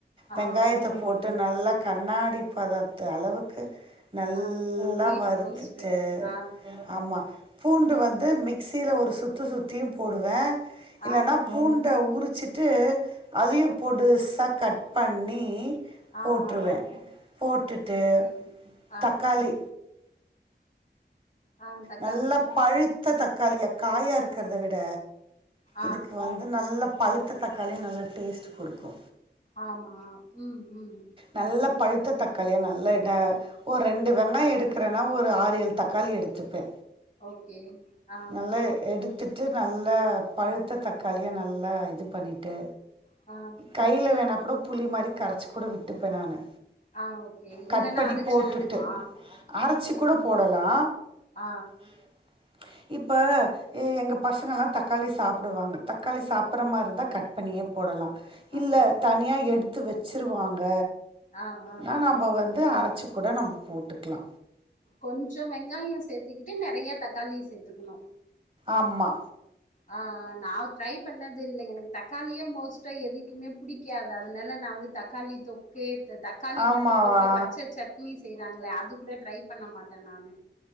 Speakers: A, on the left; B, on the right.
A: ஆ
B: வெங்காயத்த
A: ஓகே
B: போட் ட்டு நல்லா கண்ணாடி பதத்து அளவுக்கு நல்லா
A: ஆ டீப்
B: வருத்துட்டு
A: ரோஸ்ட்டு ஆ
B: ஆமா பூண்டு வந்து மிக்சில ஒரு சுத்து சுத்தியு போடுவே இல்லனா
A: ஆ
B: பூண்ட உரிச்சிட்டு அதயு பொடுசா கட் பண்ணி
A: ஆ
B: போட்ருவே
A: ஆ
B: போட்டுட்டு
A: ஓகே ஆ
B: தக்காளி
A: ஆ தக்காளி
B: நல்லா பழுத்த தக்காளியா காயா இருக்குறத விட
A: ஆ
B: இதுக்கு வந்து நல்ல பழுத்த தக்காளியு நல்லா டேஸ்ட்டு குடுக்கு
A: ஆமா ம் ம்
B: நல்ல பழுத்த தக்காளியா நல்ல டா ஒரு ரெண்டு வெங்காயோ எடுக்குறேன்னா ஒரு ஆறு எழு தக்காளி எடுத்துப்பே
A: ஓகே ஆ
B: நல்லா எடுத் துட்டு நல்லா பழுத்த தக்காளியா நல்லா இது பண்ணிட்டு
A: ம்
B: கையில வேணா கூட புளி மாரி கரச்சு கூட விட்டுப்பே நானு
A: ஆ ஓகே
B: கட்
A: இல்லன்னா
B: பண்ணி
A: அரச்சிக்கணுமா
B: போட்டுட்டு அரைச்சு கூட போடலா
A: ஆ
B: ம் இப்ப ஏ எங்க பசங்கல்லா தக்காளி சாப்புடுவாங்க தக்காளி சாப்புட்ற மாரி இருந்தா கட் பண்ணியே போடலா இல்ல
A: அப்டியா
B: தனியா
A: ஓகே
B: எடுத்து வெச்சுருவாங்க
A: ஆ ஆ
B: னா நம்ம வந்து அரச்சு கூட நம்ம போட்டுக்கலா
A: கொஞ்சோ வெங்காயோ சேத்துக்கிட்டு நெறையா தக்காளி சேத்துக்குனோ
B: ஆம்மா
A: ஆ அ நா ட்ரை பண்ணது இல்ல எனக்கு தக்காளியே மோஸ்ட்டா எதிக்குமே பிடிக்காது அதனால நா வந்து தக்காளி தொக் கே இந்த தக்காளி
B: ஆமாவா
A: மட்டு போட்டு பச்ச சட்னி செய்றாங்களே அது கூட ட்ரை பண்ண மாட்டே நானு